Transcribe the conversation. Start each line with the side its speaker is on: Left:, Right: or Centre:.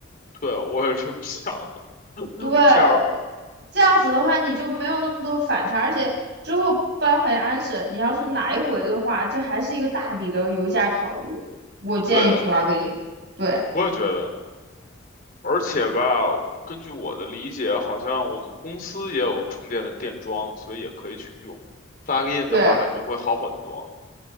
Left: 对，我也是这么想的。
Right: 对，
Left: 这样，
Right: 这样子的话你就没有那么多反差，而且之后搬回安省，你要是来回的话，这还是一个大笔的油价考虑。我建议
Left: 对的，
Right: plug in，对
Left: 我也觉得。而且吧，根据我的理解，好像我们公司也有充电的电桩，所以也可以去用。plug-in
Right: 对，
Left: 的话，感觉会好很多。